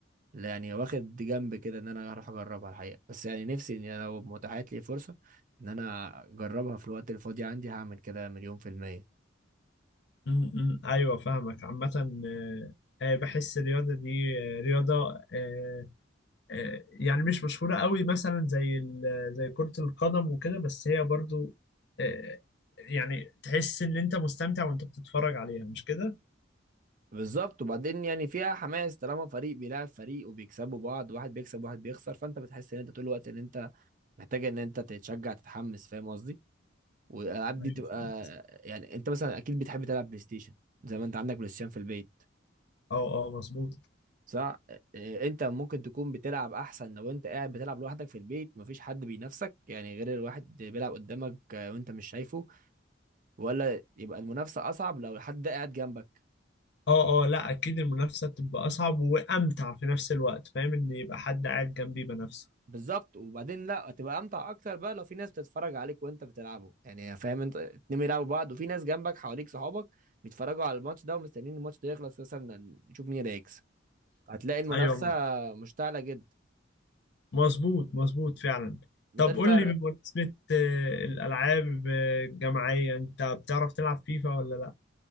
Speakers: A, on the right (about 45°); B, on the left (about 60°).
A: لا يعني واخد جنب كده ان انا هروح اجربها الحقيقه بس يعني نفسي ان أنا لو متاحت لي فرصه ان انا اجربها في الوقت الفاضي عندي هعمل كده مليون في الميه
B: امم ايوه فاهمك عامه آه، آه، بحس الرياضه دي آه، رياضه آه، آه، يعني مش مشهورة قوي مثلا زي ال- زي كرة القدم وكده بس هي برضو آه، يعني تحس ان انت مستمتع وانت بتتفرج عليها مش كده؟
A: بالظبط وبعدين يعني فيها حماس طالما فريق بيلعب فريق وبيكسبوا بعض واحد بيكسب واحد بيخسر فانت بتحس ان انت طول الوقت ان انت محتاجه ان انت تتشجع تتحمس فاهم قصدي والالعاب دي
B: ايوه
A: تبقى
B: فاهم قصدك.
A: يعني انت مثلا اكيد بتحب تلعب بلاي ستيشن زي ما انت عندك بلاي ستيشن في البيت
B: اه اه مظبوط
A: صح آه، انت ممكن تكون بتلعب احسن لو انت قاعد بتلعب لوحدك في البيت مفيش حد بينافسك يعني غير الواحد بيلعب قدامك آه، وانت مش شايفه ولا يبقى المنافسه اصعب لو حد قاعد جنبك
B: اه اه لا اكيد المنافسة بتبقى اصعب وامتع في نفس الوقت فاهم ان يبقى حد قاعد جنبي بنفسه
A: بالظبط وبعدين لا هتبقى امتع اكتر بقى لو في ناس بتتفرج عليك وانت بتلعبه يعني فاهم انت اتنين بيلعبوا بعض وفي ناس جنبك حواليك صحابك بيتفرجوا على الماتش ده ومستنيين الماتش ده يخلص مثلا نشوف مين اللي هيكسب هتلاقي المنافسه
B: ايوه م-
A: مشتعله جدا
B: مظبوط مظبط فعلا
A: وده
B: طب
A: الفرق
B: قول لي بمناسبة آه، الالعاب آه، الجماعية انت بتعرف تلعب فيفا ولا لا؟